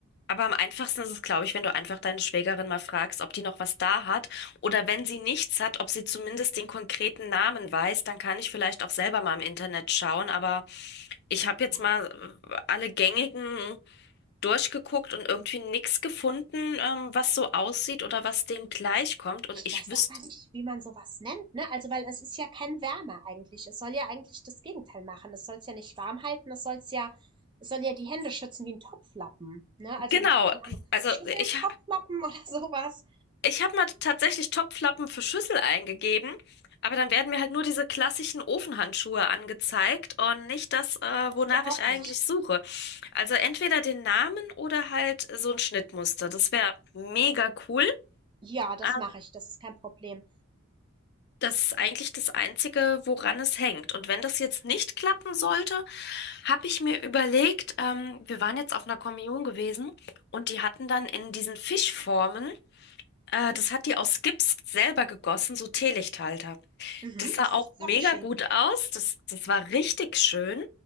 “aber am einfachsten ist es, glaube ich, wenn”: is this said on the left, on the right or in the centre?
Left